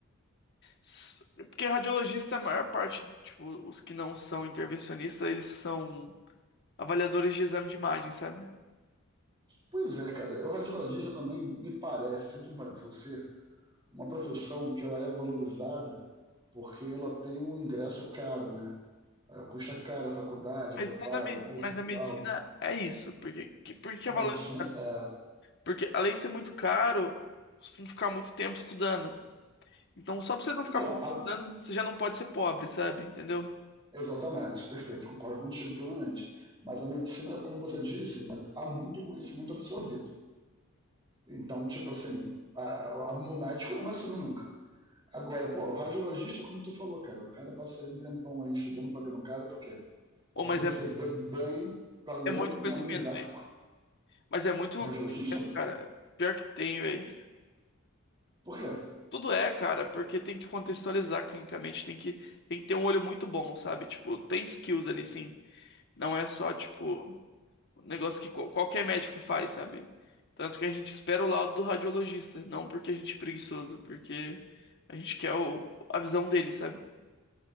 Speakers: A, on the left; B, on the right.
A: S- Porque radiologista, é a maior parte, tipo, os que não são intervencionistas, eles são avaliadores de exame de imagem, sabe?
B: Pois é, cara, o radiologista também me parece, sempre me pareceu ser uma profissão que ela é valorizada porque ela tem um ingresso caro, né? É, Custa caro a faculdade, o
A: Mas,
B: preparo,
A: toda, a me-
B: o curso
A: mas a
B: e
A: medicina
B: tal.
A: é isso. Porque, que, por que
B: A
A: é valorizado?
B: medicina é...
A: Porque além de ser muito caro, você tem que ficar muito tempo estudando. Então, só pra você não ficar
B: Então,
A: muito tempo
B: a...
A: estudando, você já não pode ser pobre, sabe? Entendeu?
B: exatamente, perfeito, concordo contigo plenamente. Mas a medicina, como você disse, né, há muito conhecimento absorvido. Então, tipo assim, a... A... o médico não vai saber nunca. Agora, pô, o radiologista, como tu falou, cara, o cara passa aí um tempão aí estudando, pagando caro, pra quê?
A: Ô,
B: Pra
A: mas
B: receber
A: é,
B: bem, pra ler
A: é muito
B: um,
A: conhecimento,
B: um gráfico.
A: velho. Mas é muito
B: O radiologista?
A: conhecimento, cara. Pior que tem, velho.
B: Por quê?
A: Tudo é, cara, porque tem que contextualizar clinicamente, tem que, tem que ter um olho muito bom, sabe? Tipo, tem skills ali, sim. Não é só, tipo, um negócio que qual- qualquer médico faz, sabe? Tanto que a gente espera o laudo do radiologista, não porque a gente é preguiçoso, porque a gente quer o- a visão dele, sabe?